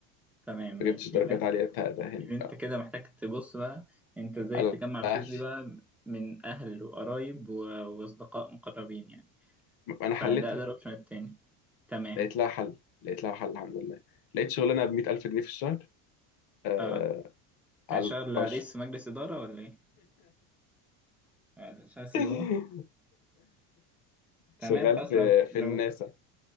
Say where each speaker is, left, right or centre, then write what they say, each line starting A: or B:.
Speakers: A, in the centre; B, on the left (about 55°).
A: تمام
B: ما
A: ماشي
B: جبتش درجات
A: يبقى أنت
B: عالية تأ- تأهلني
A: يبقى أنت
B: آه،
A: كده محتاج تبص بقى أنت إزاي
B: على
A: تجمع الفلوس
B: أهلي
A: دي بقى من أهل وقرايب و- وأصدقاء مقربين يعني.
B: أنا
A: فده
B: حلتها
A: ده الاوبشن التاني تمام
B: لقيت لها حل لقيت لها حل الحمد لله لقيت شغلانة ب 100 ألف جنيه في الشهر آه،
A: اه انت
B: على
A: هتشتغل
B: الأربع شهور.
A: رئيس مجلس اداره ولا ايه هتشتغل سي
B: <laughs>
A: او تمام
B: شغال
A: خلاص
B: في
A: لو
B: في
A: لو
B: الناسا